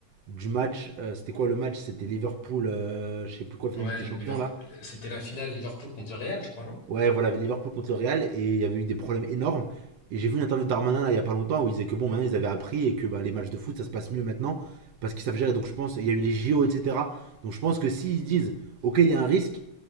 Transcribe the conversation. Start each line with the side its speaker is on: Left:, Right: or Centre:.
Right: du match. euh, c'était quoi le match C'était Liverpool, euh, je sais plus quoi, finale
Left: Ouais,
Right: Ligue des Champions
Left: Liverpool,
Right: là.
Left: c'était la finale Liverpool contre Real, je crois, non?
Right: Ouais, voilà, Liverpool contre le Real et il y avait eu des problèmes énormes. Et j'ai vu une interview de Darmanin là, il y a pas longtemps où il disait que bon, maintenant ils avaient appris et que bah, les matchs de foot ça se passe mieux maintenant parce qu'ils savent gérer. Donc je pense, il y a eu les JO, etc. Donc je pense que s'ils disent ok, il y a un risque,